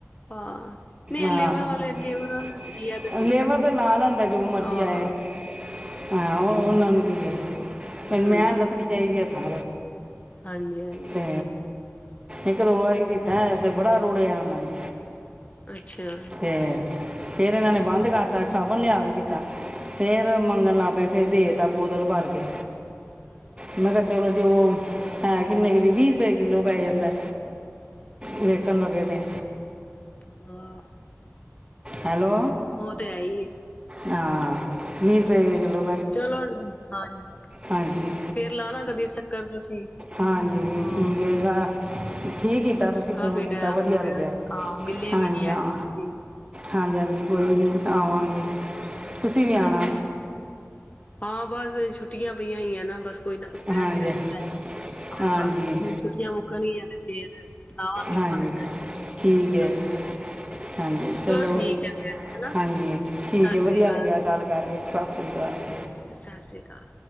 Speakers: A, on the left; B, on the right.
A: ਹਾਂ ਨਹੀਂ
B: ਆਹ
A: ਲੇਬਰ ਵਾਲੇ ਲੇਬਰ ਵਾਲੇ ਤੇ ਕੀ ਹੈ ਤੇ ਧੋ
B: ਲੇਬਰ
A: ਲੈਂਦੇ
B: ਤੇ
A: ਨੇ
B: ਲਾ ਲੈਂਦਾ ਜੋ ਮਰਜੀੀ
A: ਹਾਂ
B: ਆਏ ਹਾਂ ਉਹਨਾਂ ਨੂੰ ਕੀ ਹੈ
A: ਹਮ
B: ਮੈਂ ਹਾਲਤ ਨੀ ਚਾਹੀਦੀ ਹੱਥਾਂ
A: ਹਾਂਜੀ ਹਾਂਜੀ
B: ਤੇ ਇੱਕ ਦੋ ਵਾਰੀਤਾ ਤੇ ਬੜਾ ਰੋੜਿਆ ਉਹਨਾਂ ਨੇ
A: ਅੱਛਾ
B: ਤੇ ਫੇਰ ਇਹਨਾਂ ਨੇ ਬੰਦ ਕਰ ਦਿੱ ਸਾਬਣ ਲਿਆ ਕੇ ਦਿੱਤਾ ਫੇਰ ਮੰਗਣ ਲੱਗ ਪਏ ਫੇਰ ਦੇਤਾ ਬੋਤਲ ਭਰ ਕੇ
A: ਹਮ
B: ਮੈਂ ਕਿਹਾ ਚਲੋ ਜੋ ਹੈ ਕਿੰਨੇ ਕੁ ਵੀਹ ਰੁਪਏ ਕਿੱਲੋ ਪੈ ਜਾਂਦਾ
A: ਅੱਛਾ ਅੱਛਾ
B: ਵੇਖਣ ਲੱਗੇ ਤੇ
A: <unintelligible>
B: ਹੈਲੋ
A: ਉਹ ਤੇ ਆਈ
B: ਹਾਂ ਵੀਹ ਰੁਪਏ ਕਿੱਲੋ
A: ਚਲੋ ਹਾਂਜੀ
B: ਹਾਂਜੀ
A: ਫੇਰ ਲਾਣਾ ਕਦੇ ਚੱਕਰ ਤੁਸੀਂ
B: ਹਾਂਜੀ
A: ਹਾਂ
B: ਠੀਕ ਹੈ ਤਾਂ ਠੀਕ ਹੀ ਕੀਤਾ ਤੁਸੀਂ
A: ਕਾਫੀ
B: ਫੋਨ ਕੀਤਾ
A: ਟੈਮ
B: ਵਧੀਆ
A: ਹੋ ਗਿਆ
B: ਲੱਗਿਆ
A: ਹਾਂ ਮਿਲੇ
B: ਹਾਂਜੀ
A: ਵੀ ਨੀ ਹੈਗੇ
B: ਹਾਂ
A: ਤੁਸੀਂ
B: ਹਾਂਜੀ ਹਾਂਜੀ ਕੋਈ ਨੀ ਆਵਾਂਗੇ। ਤੁਸੀਂ ਵੀ ਆਨਾ।
A: ਹਾਂਜੀ ਹਾਂ ਬਸ ਛੁੱਟੀਆਂ ਪਈਆਂ ਹੋਈਆਂ ਏ ਨਾ ਬਸ ਕੋਈ ਨਾ ਕੋਈ ਆਇਆ
B: ਹਾਂਜੀ
A: ਗਿਆ ਰਹਿੰਦਾ। ਹਾਂ
B: ਹਾਂਜੀ
A: ਬਸ ਛੁਟੀਆਂ ਮੁੱਕਣ ਗਿਆ ਤੇ ਫੇਰ ਲਾਵਾਂਗੀ
B: ਹਾਂਜੀ
A: ਮੈਂ ਚੱਕਰ
B: ਠੀਕ ਹੈ।
A: ਹਾਂਜੀ ਹਾਂਜੀ
B: ਹਾਂਜੀ ਚਲੋ
A: ਠੀਕ ਹੈ ਫੇਰ ਹਨਾ
B: ਹਾਂਜੀ ਠੀਕ
A: ਸਤਿ
B: ਹੈ
A: ਸ੍ਰੀ
B: ਵਧੀਆ
A: ਅਕਾਲ
B: ਲੱਗਿਆ ਗੱਲ ਕਰਕੇ ਸਤਿ ਸ਼੍ਰੀ ਕਾਲ।
A: ਸਤਿ ਸ੍ਰੀ ਅਕਾਲ